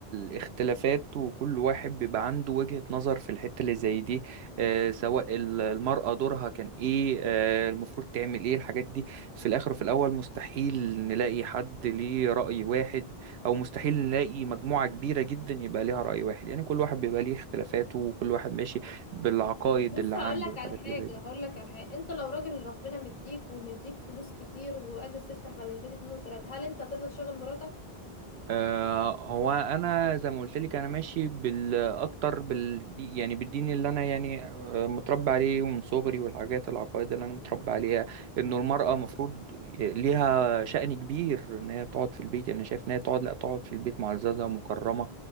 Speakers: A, on the right; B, on the left.
A: اختلافات وكل واحد بيبقى عنده وجهة نظر في الحتة اللي زي دي آه، سواء ال- المرأة دورها كان ايه آه، المفروض تعمل ايه الحاجات دي في الاخر وفي الاول مستحيل نلاقي حد ليه رأي واحد او مستحيل نلاقي مجموعة كبيرة جدا يبقى ليها رأي واحد يعني كل واحد بيبقى ليه اختلافاته وكل واحد ماشي بالعقائد
B: بص
A: اللي عنده
B: هقول لك
A: والحاجات
B: على حاجة
A: اللي زي دي
B: هقول لك على حاجة انت لو راجل ربنا مديك ومديك فلوس كتير وقادر تفتح بدل البيت اتنين وتلاتة هل انت ترضى تشغل مراتك
A: آه، هو انا زي ما قلت لك انا ماشي بالاكتر بال يعني بالدين اللي انا يعني آه، متربى عليه ومن صغري والحاجات العقائد اللي انا متربى عليها انه المرأة مفروض ليها شأن كبير ان هي تقعد في البيت يعني شايف ان هي تقعد لا تقعد في البيت معززة ومكرمة